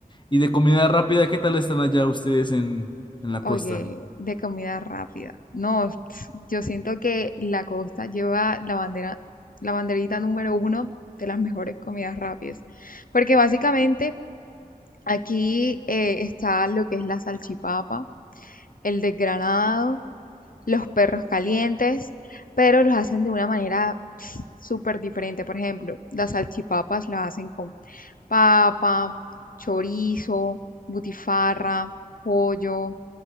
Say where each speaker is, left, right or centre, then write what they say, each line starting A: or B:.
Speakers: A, on the left; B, on the left.
A: Y de comida rápida, ¿qué tal están allá ustedes en, en la
B: Oye,
A: costa?
B: de comida rápida. No, <tsk> yo siento que la costa lleva la bandera, la banderita número uno de las mejores comidas rápidas. Porque básicamente aquí eh, está lo que es la salchipapa, el desgranado, los perros calientes, pero los hacen de una manera <tsk> pss, súper diferente. Por ejemplo, las salchipapas las hacen con papa, chorizo, butifarra, pollo